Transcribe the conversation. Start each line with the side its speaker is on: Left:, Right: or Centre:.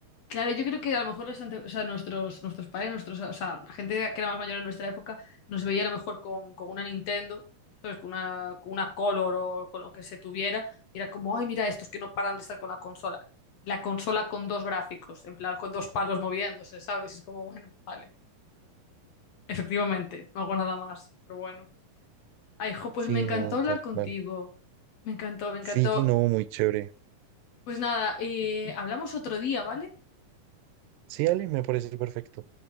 Left: Claro, yo creo que a lo mejor los ante- o sea, nuestros, nuestros padres, nuestros, o sea, la gente que era más mayor en nuestra época, nos veía a lo mejor con, con una Nintendo, ¿sabes? Con una, con una Color o con lo que se tuviera, y era como, ay, mira estos que no paran de estar con la consola. La consola con dos gráficos, en plan, con dos palos moviéndose, ¿sabes? Y es como, bueno, vale. Efectivamente, no hago nada más, pero bueno. Ay, jo, pues
Right: Sí,
Left: me encantó
Right: no,
Left: hablar
Right: tal
Left: contigo.
Right: cual.
Left: Me encantó, me encantó.
Right: Sí, no, muy chévere.
Left: Pues nada, eh, hablamos otro día, ¿vale?
Right: Sí, Ale, me parece perfecto.